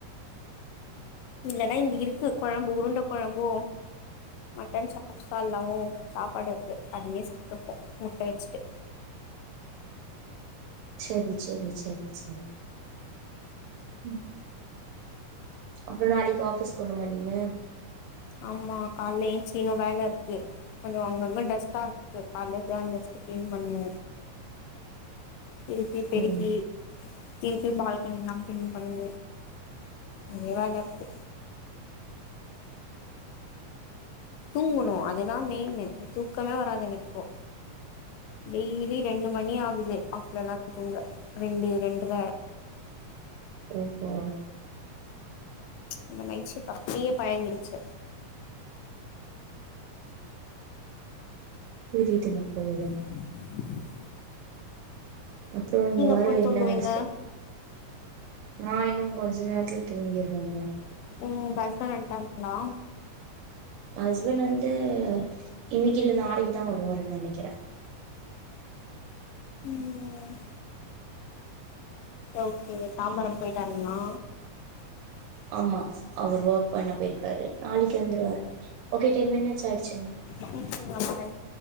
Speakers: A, on the left; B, on the right.
A: இல்லன்னா இங்க இருக்கு கொழம்பு ஊடுண்ட கொழம்பு மட்டன் சாப்ஸாகல்லாவு சாப்பாடு இருக்கு அதையே சாப்ட்டுப்போ முட்ட வெச்சுட்டு
B: செரி செரி செரி செரி ம் அப்புறோ நாளைக்கி ஆபீஸ் போனுமா நீங்க
A: ஆமா கால்ல ஏன்சி இன்னு வேலருக்கு கொஞ்சோ அங்கங்க டஸ்ட்டாருக்கு கால்ல டஸ்ட்ட கிளீன் பண்ண திருப்பி பெருக்கி
B: ம்
A: திருப்பி பால்கெனிகெல்லா கிளீன் பண்ணி நேரய வேலருக்கு தூங்கணு அதுதா மெயின்னு தூக்கமே வராது எனக்குப்போ டெய்லி ரெண்டு மணியாகுது ஆப்லலா தூங்க ரெண்டு ரெண்டர
B: ஓஹோ
A: அந்த நைட் ஷிப்ட் அப்டியே பழகிரிச்சு
B: புரியுதுங்க புரியுதுங்க
A: உ
B: அப்புறோ இந்த வாரோ
A: எப்போ
B: என்ன
A: தூங்குவீங்க
B: ஸ்பெ நா இன்னு கொஞ்ச நேரத்துல தூங்கிருவேங்க
A: உங்க ஹஸ்பான்ட் வன்டாங்களா
B: ஹஸ்பண்ட் வந்து இன்னைக்கி இல்ல நாளைக்கிதா வருவாருன் நெனைக்கிறே
A: ம் ஓகே தாம்பரம் போயிட்டாருங்ளா
B: ஆமா அவர் ஒர்க் பண்ண போயிருக்காரு நாளைக்கி வந்துருவாரு ஒகே டென் மினிட்ஸ் ஆயிடுச்சுங்க
A: ஓகேங்க பாய்